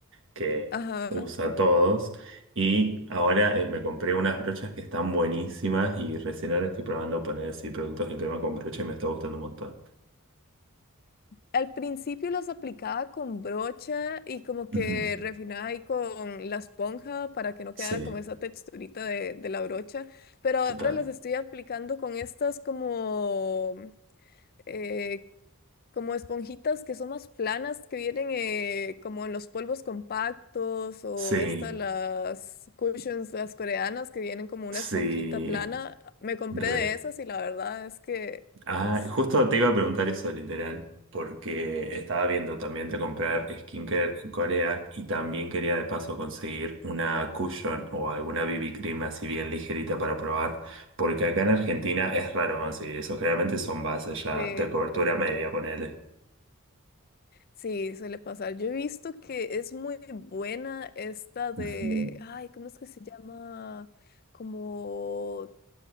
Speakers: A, on the right; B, on the left.
A: que
B: Ajá.
A: usa todos. Y ahora eh, me compré unas brochas que están buenísimas y recién ahora estoy probando poner así productos en crema con brocha y me está gustando un montón.
B: Al principio las aplicaba con brocha y como que
A: Ujú.
B: refinaba ahí con la esponja para que no
A: Sí,
B: quedara como esa texturita de, de la brocha, pero ahora
A: total.
B: las estoy aplicando con estas como, eh, como esponjitas que son más planas, que vienen eh, como en los polvos compactos o
A: Sí,
B: estas las cushions, las coreanas, que vienen como una
A: sí,
B: esponjita plana. Me compré
A: re.
B: de esas y la verdad es que
A: Ah,
B: es...
A: justo te iba a preguntar eso, literal, porque estaba viendo también de comprar skincare en Corea y también quería de paso conseguir una cushion o alguna BB cream así bien ligerita para probar, porque acá en Argentina es raro conseguir eso, generalmente son bases ya
B: sí
A: de cobertura media, ponele.
B: Sí, suele pasar. Yo he visto que es muy buena esta de,
A: Ujú.
B: ay, ¿cómo es que se llama? Como